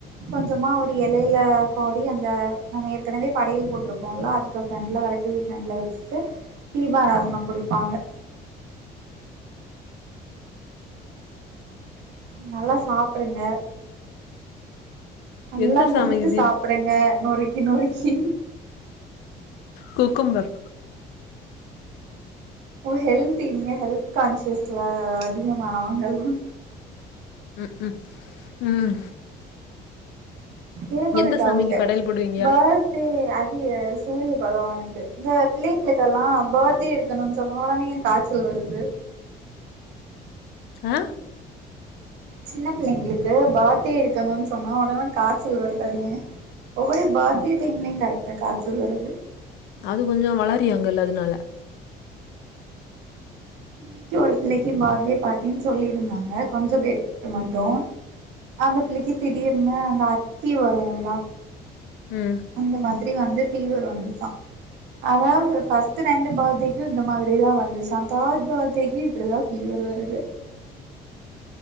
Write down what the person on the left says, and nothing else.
எந்த
சாமிக்கு தீப்
குக்கும்பர்
ம் ம் ம்
எந்த
சாமிக்கு படையல் போடுவீங்க
அ
ம்.
அது கொஞ்சொ வளரியாங்கல் அதுனால
ம்